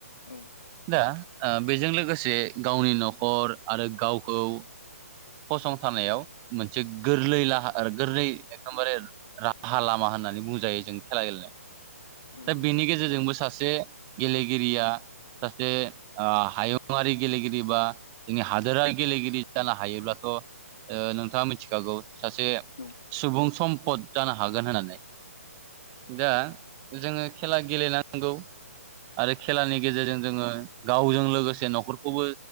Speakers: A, on the left (about 85°); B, on the right (about 25°).
A: औ
B: दा ओ बेजों लोगोसे गावनि न'खर आरो गावखौ फसंथानायाव
A: औ
B: मोनसे गोरलै लाहार गोरलै एकदमबारे राहा लामा होननानै बुंजायो जों खेला गेलेनायाव
A: औ
B: दा बेनि
A: नंगौ
B: गेजेरजोंबो
A: थारैनो
B: सासे गेलेगिरिया सासे ओ हायुङारि गेलेगिरि बा जोंनि हादोरा गेलेगिरि जानो हायोब्लाथ' ओ नोंथाङा मिथिखागौ सासे
A: औ
B: सुबुं सम्पद जानो हागोन होननानै दा जोङो खेला गेलेनांगौ आरो खेलानि गेजेरजों जोङो गावजों लोगोसे न'खरखौबो